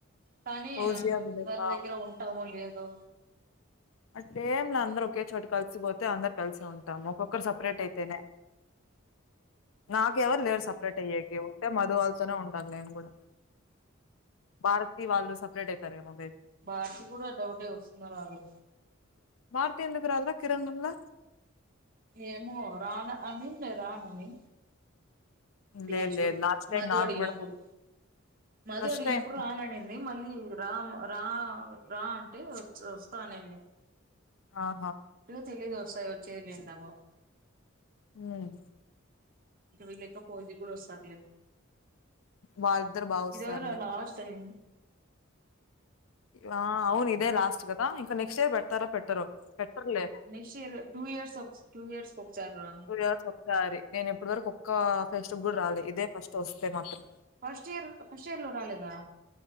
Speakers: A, on the right; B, on the left.
A: కానీ
B: ఫౌజియా
A: అందరి
B: విలేక
A: దగ్గర ఉంటాము లేదో
B: అట్ట ఏం లా అందరూ ఒకే చోటి కలిసిపోతే అందరు కలిసి ఉంటా ఒక్కొక్కరు సపరేట్ అయితేనే నాక ఎవరు లేరు సపరేట్ అయ్యక మధు వాళ్ళతోనే ఉండాలి నేను కూడా భారతీ వాళ్ళు సపరేట్ అవుతారేమో
A: భారతి కూడా డౌట్ ఏ వస్తుందో రాదో
B: భారతి ఎందుకు రాదు రా కిరణ్ ఉండాల
A: ఏమో రాన అనిందా రానని క్లాస్
B: లేదు లేదు
A: లో
B: లాస్ట్ టైం
A: మధు
B: నాకు
A: అడిగినప్పుడు
B: కూడా
A: మధు
B: ఫస్ట్
A: అడిగినప్పుడు
B: టైం
A: రాననింది మళ్ళీ రామ్ రా రా అంటే వ వస్తానండి
B: ఆహా
A: తెలి దోసయి వచ్చేదిలిన్నప్ప
B: మ్మ్
A: ఇకా వీళక పోది కూడా వస్తదిలే
B: వాళ్ళిద్దరు బాగొస్తారులే
A: ఇదర లాస్ట్ టైం
B: ఆ అవును ఇదే లాస్ట్ గదా ఇంకా నె స్ట్ పెడతారో పెట్టరో పెట్టర్లే
A: నెక్స్ట్ ఇయర్ టూ ఇయర్స్ ఒక టూ ఇయర్స్ ఒకసారి రా
B: టూ ఇయర్స్ ఒకసారి నేను ఇప్పటి వరకు ఒక్క ఫెస్టి కూడా రాలే ఇదే ఫస్ట్ ఒస్తే మాత్రం
A: ఫస్ట్ ఇయర్ ఫస్ట్ ఇయర్ లో రాలేదా